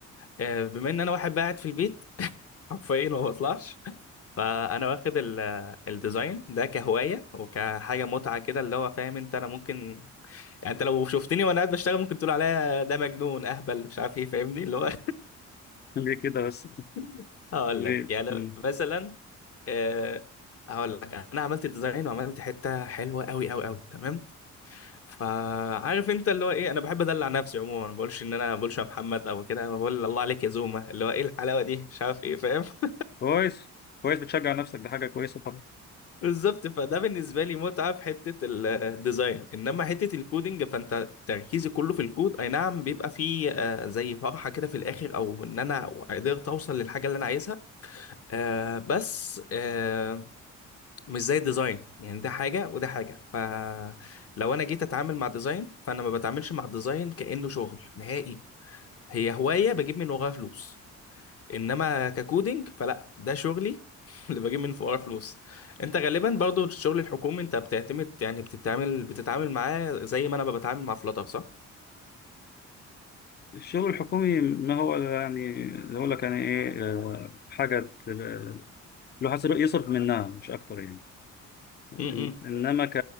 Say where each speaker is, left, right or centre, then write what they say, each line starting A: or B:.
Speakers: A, on the left; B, on the left.
A: آه، بما ان انا واحد قاعد في البيت حرفيا ما بطلعش فانا واخد ال- الديزاين ده كهوايه وكحاجه متعه كده اللي هو فاهم انت انا ممكن يعني انت لو شفتني وانا قاعد بشتغل ممكن تقول عليا ده مجنون اهبل مش عارف ايه فاهمني اللي هو
B: <laughs> ليه كده بس
A: <laughs> هقول
B: ليه
A: لك يعني
B: مم.
A: مثلا آه، هقول لك انا عملت ديزاين وعملت حته حلوه قوي قوي قوي تمام فعارف انت اللي هو ايه انا بحب ادلع نفسي عموما ما بقولش ان انا ما بقولش يا محمد او كده أنا بقول الله عليك يا زوما اللي هو ايه الحلاوه دي مش عارف ايه فاهم <laughs>
B: كويس كويس بتشجع نفسك ده حاجه كويسه طبعا
A: بالظبط فده بالنسبه لي متعه في حته ال- الديزاين انما حته الكودينج فانت تركيزي كله في الكود اي نعم بيبقى فيه آه، زي فرحه كده في الاخر او ان انا قدرت اوصل للحاجه اللي انا عايزها آه، بس آه، مش زي الديزاين يعني ده حاجه وده حاجه ف لو انا جيت اتعامل مع ديزاين فانا ما بتعاملش مع الديزاين كانه شغل نهائي هي هواية بجيب من وراها فلوس انما ككودينج فلا ده شغلي <laughs> اللي بجيب من وراها فلوس انت غالبا برضو الشغل الحكومي انت بتعتمد يعني بتتعامل بتتعامل معاه زي ما انا بتعامل مع فلاتر صح؟
B: الشغل الحكومي ما هو إلا يعني زي اقول لك يعني ايه آه، حاجه ت- الواحد يصرف منها مش اكتر يعني إن-
A: امم
B: انما ك